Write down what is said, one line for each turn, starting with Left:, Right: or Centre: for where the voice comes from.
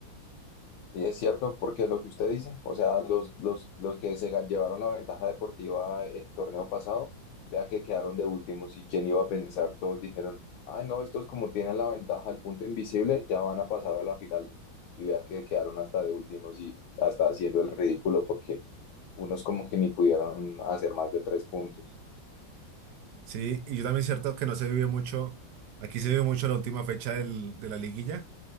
Left: Y es cierto, porque lo que usted dice, o sea, los, los, los que se gan- llevaron la ventaja deportiva el torneo pasado, vea que quedaron de últimos y quién iba a pensar, todos dijeron, ay no, estos como tienen la ventaja del punto invisible, ya van a pasar a la final. Y vea que quedaron hasta de últimos y hasta haciendo el ridículo porque unos como que ni pudieron hacer más de tres puntos.
Right: Sí, y yo también es cierto que no se vive mucho, aquí se vive mucho la última fecha del- de la liguilla,